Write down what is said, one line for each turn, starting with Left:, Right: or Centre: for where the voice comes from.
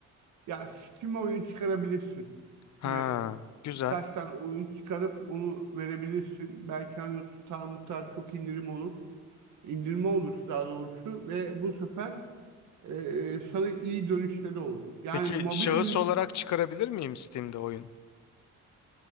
Right: ya Steam'e oyun çıkarabilirsin.
Left: Ha,
Right: Steam'e
Left: güzel.
Right: birkaçtan oyun çıkarıp onu verebilirsin. Belki hani tutar mutar çok indirim olur. İndirme olur daha doğrusu ve bu sefer e, sana iyi dönüşleri olur. Yani
Left: Peki
Right: mobil
Left: şahıs
Right: oyun
Left: olarak çıkarabilir miyim Steam'de oyun?